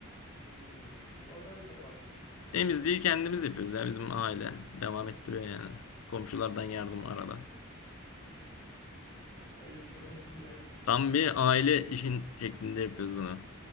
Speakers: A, on the left (about 20°); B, on the left (about 70°).
A: Hmm. Ama sen mi toparlıyorsun?
B: Temizliği kendimiz yapıyoruz ya bizim aile. Devam ettiriyor yani. Komşulardan yardım arada.
A: İyi güzel, <laughs> güzel.
B: Tam bir aile işin şeklinde yapıyoruz bunu.